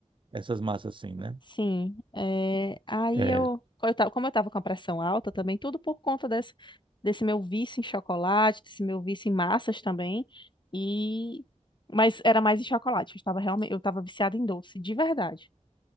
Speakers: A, on the right; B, on the left.
A: Essas massas assim, né?
B: sim. É, aí
A: É.
B: eu, eu tava- como eu tava com a pressão alta também, tudo por conta desse, desse meu vício em chocolate, desse meu vício em massas também, e... Mas era mais em chocolate, eu estava realmente, eu estava viciada em doce, de verdade.